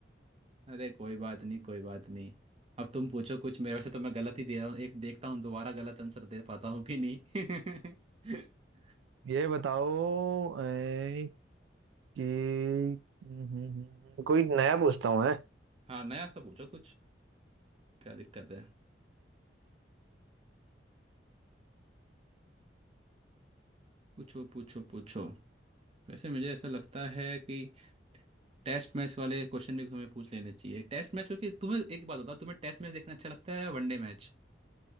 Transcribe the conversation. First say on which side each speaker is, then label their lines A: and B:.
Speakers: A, on the right (about 35°); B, on the right (about 90°).
A: अरे कोई बात नहीं कोई बात नहीं अब तुम पूछो कुछ मेरे वैसे तो मैं गलत ही दे रहा हूँ एक देखता हूँ दोबारा गलत आंसर दे पाता हूँ कि नहीं <laughs>
B: ये बताओ ए, कि हम्म, हम्म, हम्म, कोई नया पूछता हूँ है
A: हाँ नया सा पूछो कुछ क्या दिक्कत है पूछो पूछो पूछो वैसे मुझे ऐसा लगता है कि टेस्ट मैच वाले क्वेश्चन भी तुम्हें पूछ लेने चाहिए टेस्ट मैच क्योंकि तुम्हें एक बात बताओ तुम्हें टेस्ट मैच देखना अच्छा लगता है या वनडे मैच